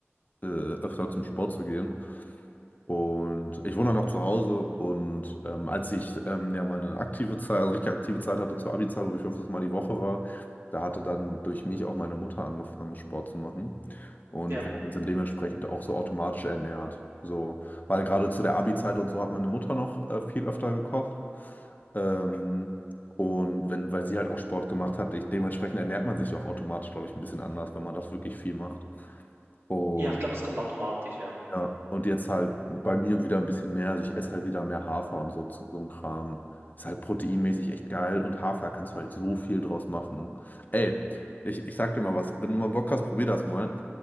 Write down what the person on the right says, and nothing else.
ja.
Ja, ich glaube, das kommt automatisch, ja.